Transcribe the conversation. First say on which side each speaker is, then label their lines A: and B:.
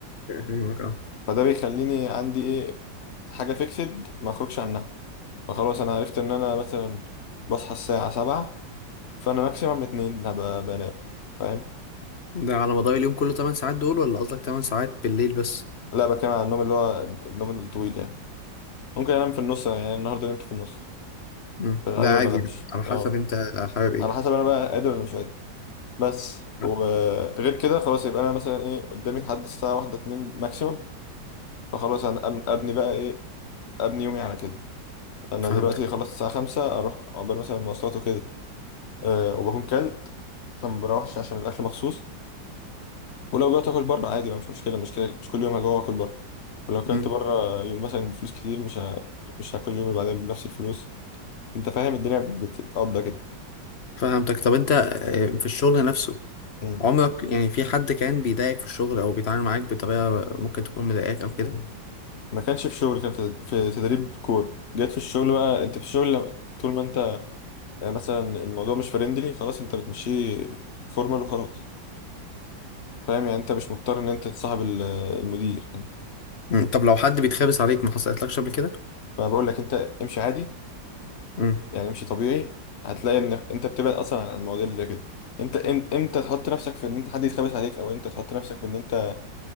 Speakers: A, on the left (about 40°); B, on the left (about 65°).
A: <laughs> فاهمك اه
B: فده بيخليني عندي ايه حاجه فيكسد ما اخرجش عنها فخلاص انا عرفت ان انا مثلا بصحى الساعه سبعة فانا ماكسيمم اتنين هبقى بنام فاهم
A: ده على مدار اليوم كله 8 ساعات دول ولا قصدك 8 ساعات بالليل بس
B: لا بتكلم على النوم اللي هو النوم الطويل يعني ممكن انام في النص يعني النهارده نمت في النص
A: مم.
B: فالعادي
A: ده عادي
B: ما بنامش
A: يعني، على حسب
B: اه
A: انت حابب ايه
B: على حسب انا بقى قادر ولا مش قادر بس
A: لا.
B: وغير كده خلاص يبقى انا مثلا ايه قدامي لحد الساعه واحدة اتنين ماكسيمم فخلاص انا أم- ابني بقى ايه ابني يومي على كده انا
A: فهمتك
B: دلوقتي خلصت الساعه خمسة اروح عقبال مثلا المواصلات وكده أه وبكون كلت فما بروحش عشان الاكل مخصوص ولو جوعت اكل بره عادي ما مش مشكله مش كده مش كل يوم هجوع واكل بره ولو كلت
A: مم.
B: بره يوم مثلا بفلوس كتير مش ه... مش هاكل اليوم اللي بعدها بنفس الفلوس انت فاهم الدنيا بتتقضى كده
A: فهمتك طب انت آه، في الشغل نفسه
B: مم.
A: عمرك يعني في حد كان بيضايقك في الشغل او بيتعامل معاك بطريقه ممكن تكون مضايقاك او كده
B: ما كانش في شغل كان في في تدريب كور جت في الشغل بقى انت في الشغل لما- طول ما انت يعني مثلا الموضوع مش فريندلي خلاص انت بتمشيه فورمال وخلاص فاهم يعني انت مش مضطر ان انت تصاحب ال- المدير يعني
A: مم. طب لو حد بيتخابس عليك ما حصلتلكش قبل كده؟
B: فانا بقول لك انت امشي عادي
A: امم
B: يعني امشي طبيعي هتلاقي ان انت بتبعد اصلا عن المواضيع اللي زي كده انت إم- امتى تحط نفسك في ان انت حد يتخبس عليك او انت تحط نفسك في ان انت